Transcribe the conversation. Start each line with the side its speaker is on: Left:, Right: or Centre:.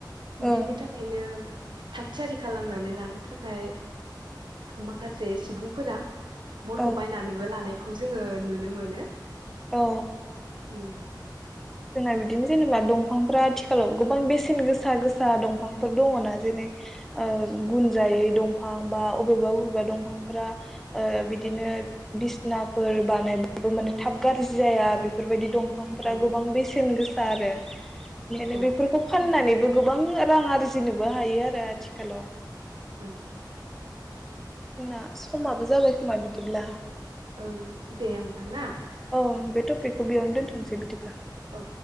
Centre: औ
Right: बिनि थाखायनो थाग थियारि खालामनानै लानो थाखाय मा माखासे सुबुंफोरा बनखौ
Centre: औ
Right: बायनानैबो लानाय खौ जोङो नुनो मोनो
Centre: औ।
Right: उम।
Centre: जोंना बिदिनो जेनेबा दंफांफ्रा आथिखालाव गोबां बेसेन गोसा गोसा दंफांफोर दङना जेरै ओ गुनजायै दंफां बा अबेबा अबेबा दंफांफ्रा ओ बिदिनो बिसनाफोर बानायबाबो माने थाब गाज्रि जाया बेफोरबायदि दंफां फांफोरा
Right: उम
Centre: गोबां बेसेन गोसा आरो <unintelligible>
Right: औ
Centre: बेफोरखौ फाननानैबो गोबां रां आरजिनोबो हायो आरो आथिखालाव।
Right: ओम।
Centre: जोंना समाबो जाबाय खोमा बिदिब्ला
Right: ओं दे
Centre: औ
Right: होमबा ना
Centre: औ बे टपिकखौ बेयावनो दोन्थ'सै बिदिब्ला।
Right: औ